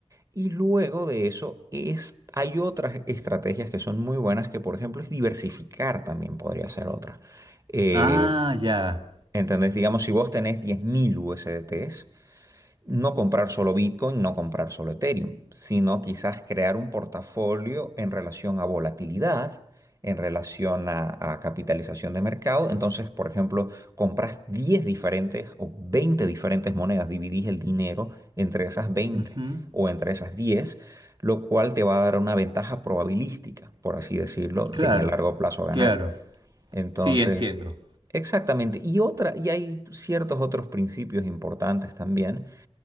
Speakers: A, on the right; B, on the right.
A: Y luego de eso es, hay otras estrategias que son muy buenas, que por ejemplo es diversificar también podría ser otra. Eh,
B: Ah, ya.
A: ¿entendés? Digamos, si vos tenés 10.000 USDTs, no comprar solo Bitcoin, no comprar solo Ethereum, sino quizás crear un portafolio en relación a volatilidad, en relación a, a capitalización de mercado. Entonces, por ejemplo, compras 10 diferentes o 20 diferentes monedas, dividís el dinero entre esas veinte
B: Ujú.
A: o entre esas 10 lo cual te va a dar una ventaja probabilística, por así decirlo, de
B: Claro,
A: en el largo plazo ganar.
B: claro.
A: Entonces,
B: Sí, entiendo.
A: exactamente. Y otra, y hay ciertos otros principios importantes también